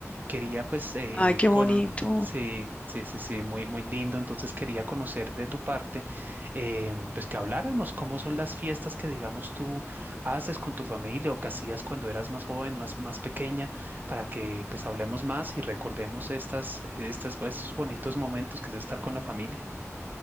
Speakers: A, on the right; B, on the left.
A: Quería pues eh,
B: Ay, qué
A: cono-
B: bonito.
A: Sí, sí, sí, sí, muy, muy lindo. Entonces quería conocer de tu parte eh, pues que habláramos cómo son las fiestas que, digamos, tú haces con tu familia o que hacías cuando eras más joven, más, más pequeña, para que pues hablemos más y recordemos estas, estas, pues, esos bonitos momentos que es estar con la familia.